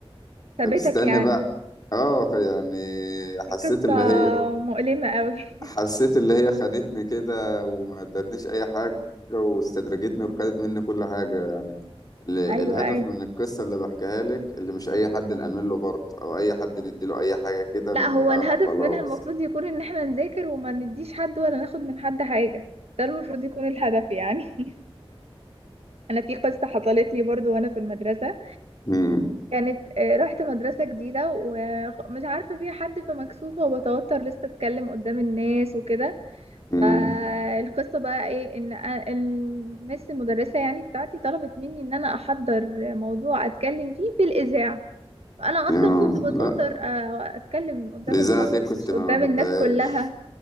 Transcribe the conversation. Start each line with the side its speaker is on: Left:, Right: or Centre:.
Right: ثابتك
Left: طب استنى
Right: يعني
Left: بقى اه يعني حسيت
Right: دي قصة
Left: اللي هي
Right: مؤلمة قوي <laughs>
Left: حسيت اللي هي خانتني كده وما ادتنيش اي حاجة واستدرجتني وخدت مني كل حاجة يعني ال-
Right: ايوه
Left: الهدف
Right: ايوه
Left: من القصة اللي بحكيها لك اللي مش اي حد نأمن له برضه او اي حد نديله اي حاجة كده
Right: لا
Left: من
Right: هو
Left: دماغنا
Right: الهدف
Left: وخلاص
Right: منها المفروض يكون ان احنا نذاكر وما نديش حد ولا ناخد من حد حاجة ده المفروض يكون الهدف يعني <laughs> انا في قصة حصلت لي برضو وانا في المدرسة
Left: امم
Right: كانت آه، رحت مدرسة جديدة ومش عارفة فيها حد فمكسوفة وبتوتر لسه اتكلم قدام الناس وكده
Left: امم
Right: فالقصة بقى ايه ان أ- المس المدرسة يعني بتاعتي طلبت مني ان انا احضر موضوع اتكلم فيه في الاذاعة فانا
Left: يا
Right: اصلا كنت بتوتر
Left: لا
Right: آه، اتكلم قدام
Left: الإذاعة
Right: الفصل
Left: دي كنت
Right: مش
Left: ما
Right: قدام
Left: بحبهاش
Right: الناس كلها